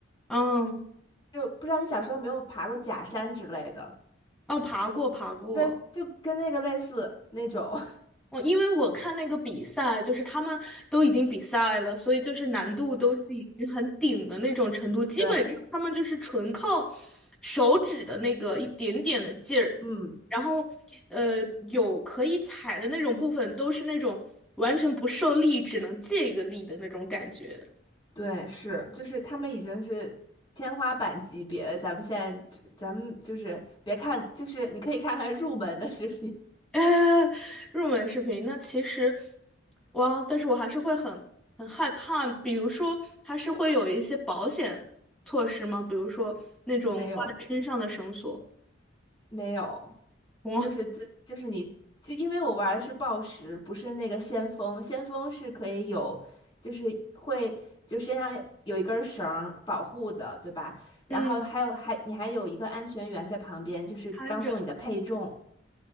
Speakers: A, in the centre; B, on the left.
A: 嗯
B: 就不知道你小时候有没有爬过假山之类的，
A: 哦爬过爬过，
B: 对，就跟那个类似那种，
A: 我因为我看那个比赛，就是他们都已经比赛了，所以就是难度都是已经很顶的那种程度，基本上他们就是纯靠
B: <laughs> 对，
A: 手指的那个一点点的劲儿，
B: 嗯。
A: 然后呃有可以踩的那种部分都是那种完全不受力，只能借一个力的那种感觉。
B: 对，是，就是他们已经是天花板级别了。咱们现在就，咱们就是别看，就是你可以看看入门的视频，
A: <laughs> 入门视频，那其实，哇，但是我还是会很很害怕。比如说，它是会有一些保险措施吗？比如说那种挂在身上的绳索，
B: <laughs> 没有，没有，
A: 哇，
B: 就是这，就是你，就因为我玩的是暴食，不是那个先锋，先锋是可以有，就是会就身上有有一根绳儿保护的，对吧？然后还有还你还有一个安全员在旁边，
A: 嗯，
B: 就是当做你的配重。
A: 看着，